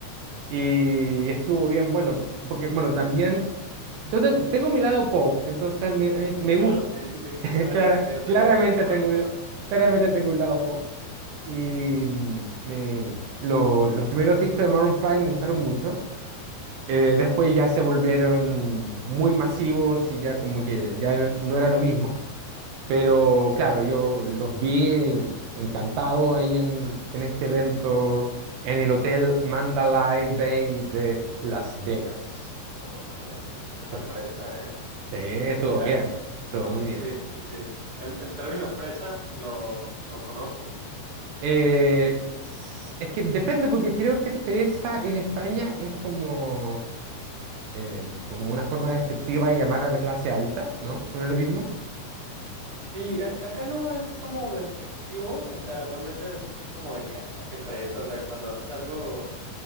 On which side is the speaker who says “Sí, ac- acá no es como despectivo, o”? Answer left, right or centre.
Right